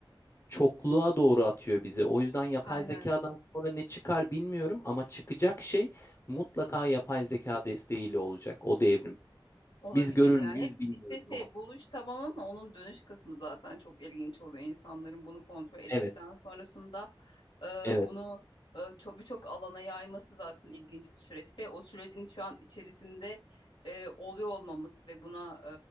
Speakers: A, on the left (about 35°); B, on the left (about 75°).
A: çokluğa doğru atıyor bizi. O yüzden yapay
B: Aynen
A: zekadan sonra ne çıkar bilmiyorum ama çıkacak şey mutlaka yapay zeka desteğiyle olacak o devrim.
B: olabilir
A: Biz görür
B: yani.
A: müyüz
B: Hep
A: bilmiyorum
B: işte şey
A: ama.
B: buluş tamam ama onun dönüş kısmı zaten çok ilginç oluyor. İnsanların bunu kontrol ettikten
A: Evet,
B: sonrasında e,
A: evet.
B: bunu e, çok birçok alana yayması zaten ilginç bir süreç ve o sürecin şu an içerisinde e, oluyor olmamız ve buna